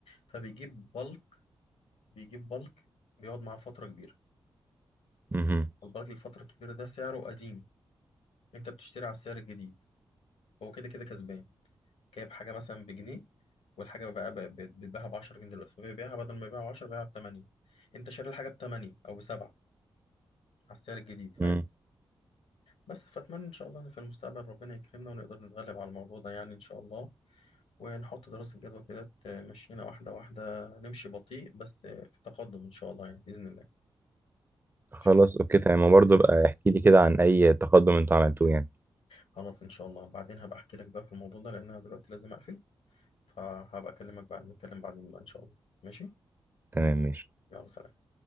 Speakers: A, on the left; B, on the right.
A: فبيجيب بالك بيجيب بالك بيقعد معاه فترة كبيرة
B: مهم.
A: البالك الفترة الكبيرة ده سعره قديم أنت بتشتري على السعر الجديد هو كده كده كسبان جايب حاجة مثلا بجنيه والحاجة بقى ب- ب- بتباعها ب 10 جنيه دلوقتي فبيبيعها بدل ما يبيعها ب 10 بيبيعها ب 8 انت شاري الحاجة ب 8 او ب 7 على السعر الجديد فاهم
B: مم.
A: بس فاتمنى ان شاء الله ان في المستقبل ربنا يكرمنا ونقدر نتغلب على الموضوع ده يعني ان شاء الله ونحط دراسة جدوى كده تمشينا واحدة واحدة نمشي بطيء بس في تقدم ان شاء الله يعني بإذن الله
B: خلاص
A: ان شاء الله
B: اوكي تمام وبرضه بقى احكي لي كده عن اي تقدم انتوا عملتوه يعني
A: خلاص ان شاء الله بعدين هبقى احكي لك بقى في الموضوع ده لان انا دلوقتي لازم اقفل فهبقى اكلمك بعد نتكلم بعدين بقى ان شاء الله ماشي
B: تمام ماشي
A: يلا سلام